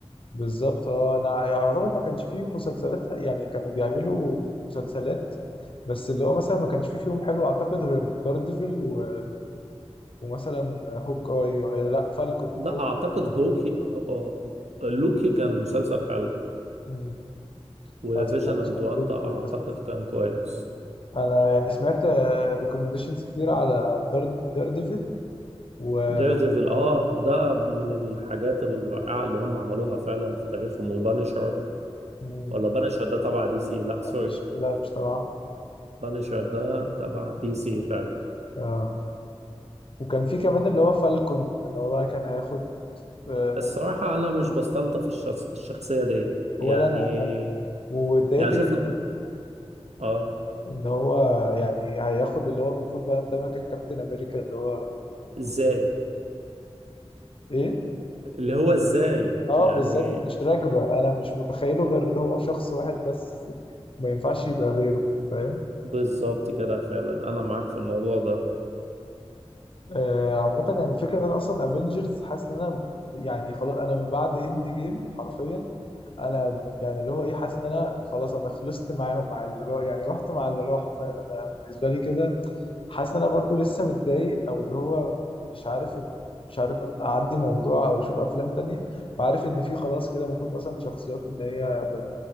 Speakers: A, on the left; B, on the right.
A: بالظبط اه انا يعني يعتبر ما كانش فيه مسلسلات يعني كانوا بيعملوا مسلسلات بس اللي هو مثلا ما كانش فيه فيهم حلو اعتقد غير داردفل و... ومثلا هوك اي و... لا فالكون
B: لا
A: فوق
B: اعتقد هوكي هو- هو- لوكي كان مسلسل حلو
A: مم.
B: وفيجن
A: ما اتفرجتش
B: اند
A: على
B: واندا
A: لوكي للاسف
B: اعتقد كان كويس
A: انا يعني سمعت ريكومنديشنز كتير على دارد داردفل و...
B: ديردevil
A: و...
B: اه ده من الحاجات الرائعة اللي هم عملوها فعلا في تاريخهم وبانشر
A: مم.
B: ولا بانشر ده تبع دي سي لا
A: لا
B: سوري
A: مش لا مش تبعه
B: بانشر ده تبع دي سي فعلا
A: آه. وكان في كمان اللي هو فالكون اللي هو بقى كان هياخد آه،
B: الصراحة أنا مش بستلطف الشخص الشخصية دي
A: ولا
B: يعني
A: انا عامه واتضايقت
B: يعني شفنا
A: جدا
B: اه
A: ان هو يعني هياخد اللي هو المفروض بقى ده مكان كابتن امريكا اللي هو
B: ازاي
A: ايه
B: اللي هو ازاي
A: اه
B: يعني
A: بالظبط مش راكبه انا مش متخيله غير هو شخص واحد بس ما ينفعش يبقى غيره فاهم
B: بالظبط كده فعلا أنا معاك في الموضوع ده
A: آه عامه يعني الفكره ان انا اصلا افنجرز حاسس ان انا يعني خلاص انا من بعد اند جيم حرفيا انا يعني اللي هو ايه حاسس ان انا خلاص انا خلصت معاهم مع اللي راح يعني رحت مع اللي راحوا فاهم انا بالنسبه لي كده حاسس ان انا برضو لسه متضايق او اللي هو مش عارف إن مش عارف اعدي موضوع او اشوف افلام تانية وعارف ان في خلاص كده المفروض مثلا شخصيات ان هي ما